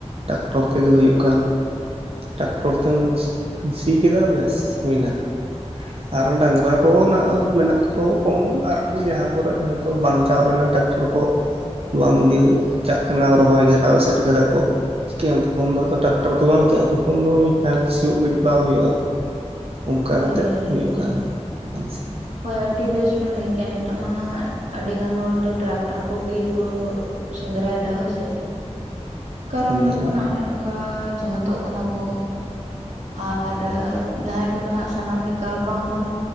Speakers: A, on the right; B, on the right.
A: ᱴᱟᱠᱴᱚᱨ ᱛᱮᱜᱮ ᱦᱩᱭᱩᱜ ᱠᱟᱱ᱾ ᱴᱟᱠᱴᱚᱨ ᱛᱮᱢ ᱥᱤ ᱠᱮᱫᱟ ᱵᱮᱥ ᱦᱩᱭᱱᱟ᱾
B: <inaudible>
A: ᱟᱨ ᱰᱟᱸᱝᱜᱨᱟ ᱠᱚᱦᱚ ᱱᱟᱜ ᱢᱮᱱᱟᱜ ᱠᱚ ᱠᱚᱢ ᱟᱨ ᱡᱟᱸᱦᱟ ᱠᱚᱨᱮ ᱦᱚᱭᱛᱳ ᱵᱟᱝ ᱪᱟᱣ ᱞᱮᱱᱟ ᱴᱟᱠᱴᱚᱨ ᱠᱚ᱾ ᱵᱟᱝ ᱤᱫᱤ ᱪᱟᱜ ᱠᱟᱱᱟ ᱨᱚᱦᱚᱭ ᱜᱷᱮᱨᱟᱣ ᱮᱥᱮᱫ ᱠᱟᱫᱟ ᱠᱚ ᱪᱤᱠᱟᱹᱭᱟᱢ ᱛᱚᱠᱷᱚᱱ ᱫᱚ ᱟᱫᱚ ᱴᱟᱠᱴᱚᱨ ᱛᱚ ᱵᱟᱝ ᱪᱟᱜ-ᱟ ᱛᱚᱠᱷᱚᱱ ᱫᱚ ᱛᱟᱭᱚᱢ ᱥᱤᱭᱳᱜ ᱜᱮ ᱡᱚᱯᱲᱟᱣ ᱦᱳᱭᱳᱜᱼᱟ᱾ ᱚᱱᱠᱟ
B: ᱦᱳᱭ
A: ᱠᱟᱛᱮᱫ ᱦᱩᱭᱩᱜ
B: ᱦᱳᱭ
A: ᱠᱟᱱ ᱟᱞᱮ ᱥᱮᱫ ᱫᱚ᱾
B: ᱦᱳᱭ ᱟᱹᱰᱤ ᱵᱮᱥ ᱵᱮᱱ ᱞᱟᱹᱭᱠᱮᱜᱼᱟ ᱱᱤᱛᱚᱜ ᱢᱟ ᱱᱟᱦᱟᱜ ᱟᱹᱰᱤ ᱜᱟᱱ ᱦᱚᱲ ᱫᱚ ᱴᱨᱟᱠᱴᱟᱨ ᱠᱚᱜᱮ ᱠᱩ᱾ ᱥᱮᱸᱫᱽᱨᱟᱭᱫᱟ ᱦᱳᱭᱥᱮ ᱠᱟᱨᱚᱱ
A: ᱥᱮᱸᱫᱽᱨᱟ
B: ᱦᱩᱭᱩᱜ ᱠᱟᱱᱟ ᱚᱱᱮ ᱚᱱ ᱠᱟ ᱡᱚᱦᱚᱫᱚᱜ ᱠᱟᱱᱟ ᱠᱚ ᱟᱨ ᱡᱟᱦᱟᱸᱭ᱾ ᱫᱚ ᱱᱟᱜ ᱥᱟᱱᱟᱢ ᱞᱮᱠᱟ ᱵᱟᱝᱵᱚᱱ